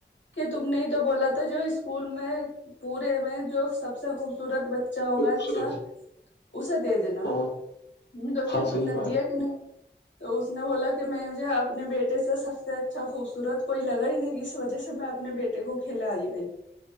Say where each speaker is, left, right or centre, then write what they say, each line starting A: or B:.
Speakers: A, on the left (about 85°); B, on the left (about 65°).
A: کہ تم نے تو بولا تو جو اسکول میں پورے میں جو سب سے خوبصورت بچ چا
B: خوبصورت
A: ہوگا اچھا
B: جی
A: اسے دے دینا
B: ہاں
A: ان کا پھر
B: ہاں
A: تم
B: صحیح
A: نے
B: بات
A: دیا کیوں نہیں تو اس نے بولا کہ میں مجھے اپنے بیٹے سے سب سے اچھا خوبصورت کوئی لگا ہی نہیں اس وجہ سے میں اپنے بیٹے کو کھیلا آئی آئی